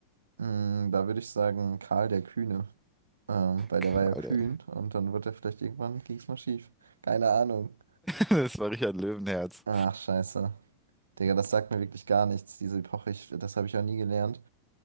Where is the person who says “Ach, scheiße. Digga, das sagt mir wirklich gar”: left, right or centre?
Right